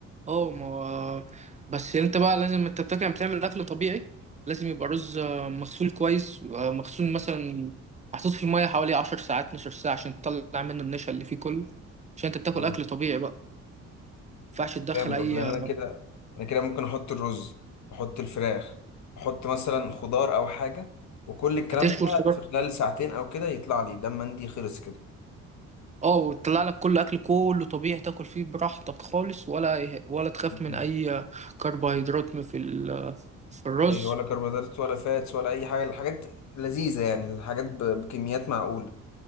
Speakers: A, on the right; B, on the left.
A: اه ما هو- بس انت بقى لازم انت بتاكل بتعمل اكل طبيعي لازم يبقى رز آه، مغسول كويس آه، مغسول مثلا محطوط في الميه حوالي 10 ساعات 12 ساعه عشان تطلع منه النشا اللي فيه كله عشان انت بتاكل
B: مم.
A: اكل طبيعي بقى ما ينفعش تدخل
B: جامد
A: اي
B: والله انا
A: آه،
B: كده انا كده ممكن احط الرز واحط الفراخ واحط مثلا خضار او حاجه وكل الكلام
A: هتشوي
B: ده
A: الخضار
B: في خلال ساعتين او كده يطلع لي دم مندي خلص كده
A: اه وتطلع لك كل اكل كله طبيعي تاكل فيه براحتك خالص ولا ولا تخاف
B: مم.
A: من اي آه، كربوهيدرات في ال- آه، في الرز
B: اي ولا كربوهيدرات ولا فاتس ولا اي حاجه الحاجات لذيذه يعني الحاجات ب- بكميات معقوله